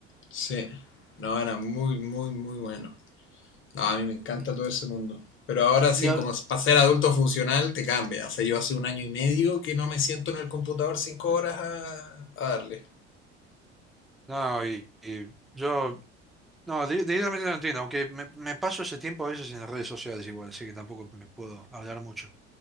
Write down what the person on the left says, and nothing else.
Sí. No, era muy, muy, muy bueno. No, a mí me encanta
todo ese mundo. Pero ahora
sí,
como es- para ser adulto funcional, te cambia. O sea, yo hace un año y medio que no me siento en el computador cinco horas a, a darle.